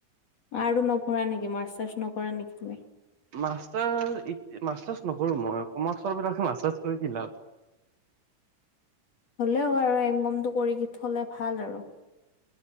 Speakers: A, on the left (about 50°); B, on the right (about 55°).
A: আৰু নপঢ়া নেকি মাষ্টচাষ্ট নকৰা নেকি তুমি?
B: মাষ্টাৰ, মাষ্টচাষ্ট নকৰো মই কমাৰ্চৰ বিলাখন মাষ্টাৰ্ছ কৰি কি লাভ।
A: হলেও আৰু এম কমটো কৰি থলে ভাল আৰু।